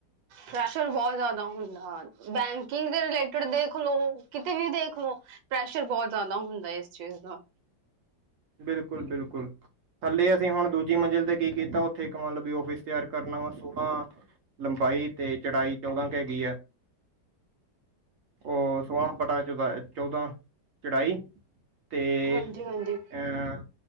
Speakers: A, on the right; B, on the right.
A: ਪ੍ਰੈਸ਼ਰ ਬਹੁਤ ਜ਼ਿਆਦਾ ਹੁੰਦਾ, ਬੈਂਕਿੰਗ ਦੇ ਰਿਲੇਟਿਡ ਦੇਖ ਲੋ ਕਿਤੇ ਵੀ ਦੇਖ ਲੋ ਪ੍ਰੈਸ਼ਰ ਬਹੁਤ ਜ਼ਿਆਦਾ ਹੁੰਦਾ ਇਸ ਚੀਜ਼ ਦਾ।
B: ਬਿਲਕੁਲ-ਬਿਲਕੁਲ। ਥੱਲੇ ਅਸੀਂ ਹੁਣ ਦੂਜੀ ਮੰਜ਼ਿਲ ਤੇ ਕੀ ਕੀਤਾ, ਉੱਥੇ ਇੱਕ ਮਤਲਬ ਵੀ ਓਫਿਸ ਤਿਆਰ ਕਰਨਾ ਵਾ ਸੋਲਾਂ- ਲੰਬਾਈ ਤੇ ਚੜਾਈ ਚੌਦਾਂ ਕ ਹੈਗੀ ਆ ਉਹ ਸੋਲਾਂ ਬਟਾ ਚੌਦਾ ਚੌਦਾਂ ਚੜਾਈ ਤੇ
A: ਹਾਂਜੀ ਹਾਂਜੀ
B: ਅ